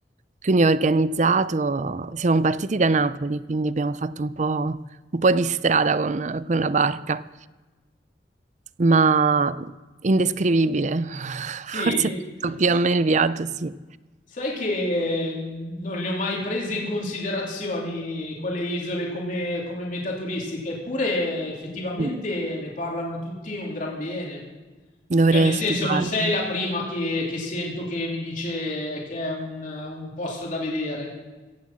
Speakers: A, on the right; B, on the left.
A: Quindi ho organizzato, siamo partiti da Napoli, quindi abbiamo fatto un po', un po' di strada con con la barca ma indescrivibile. <laughs>
B: Sì,
A: Forse più
B: s-
A: a me il viaggio, sì.
B: sai che non le ho mai prese in considerazione quelle isole come, come meta turistica, eppure effettivamente
A: Mm.
B: ne parlano tutti un gran bene.
A: Dovresti
B: Cioè, nel senso,
A: guarda.
B: non sei la prima che, che sento che mi dice che è un, un posto da vedere.